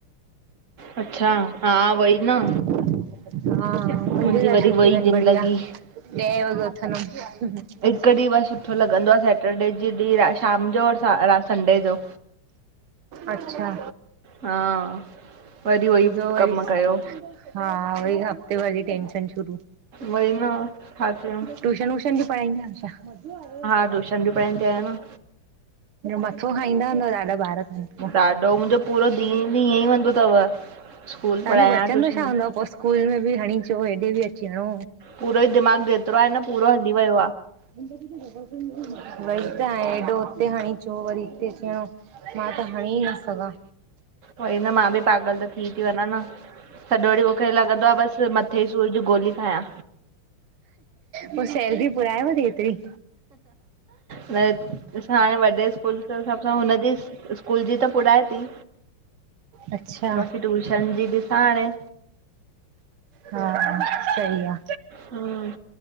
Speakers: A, on the right; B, on the right.
A: अच्छा हा वई न।
B: हा -- मुहिंजे
A: मुंहिंजी
B: लाइ
A: वरी
B: छुट्टी
A: वई ज़िंदगी
B: बढिया ॾह वॻे उथदम।
A: हिकु ॾींहुं बस सुठो लॻंदो आ सैटरडे जे ॾींहुं शाम जो और रात संडे जो।
B: अच्छा।
A: हा वरी उहोई
B: व्यो वरी
A: कम कयो
B: हा वरी हफ़्ते भर टेंशन शुरु।
A: वई न छा कयूं
B: टूशन वूशन बि पढ़ाईंदा आहियो छा।
A: टयूशन भी पणाईंदा आहियो न।
B: मथो खाईंदा हूंदव ॾाढा ॿार। तव्हां
A: ॾाढो मुहिंजो पूरो ॾींहुं भी ईअं ई वेंदो तव स्कूल
B: तव्हांजो
A: पढ़ायां
B: बचंदो
A: ट्यूशन।
B: छा हूंदव पो स्कूल में भी हणी अचो हेॾे भी अची हणो।
A: पूरो ई दिमाग़ जेतिरो आहे न पूरो हली वियो आ।
B: वई त हेॾो उते हणी अचो वरी हिते अचणो। मां त हणी न सघां।
A: वरी न मां बि पागल त थी थी वञा न सॼो ॾींहुं मूंखे लॻंदो आहे बसि मथे ई सूर जी गोली खायां
B: पोइ सैलरी घुरायव थी हिते ई।
A: न असां हाणे वॾे स्कूल जे हिसाब सां हुनजी स्कूल जी त पुॾाए थी,
B: अच्छा
A: बाक़ी टयूशन जी ॾिसां हाणे।
B: हा, सही आ।
A: हम्म,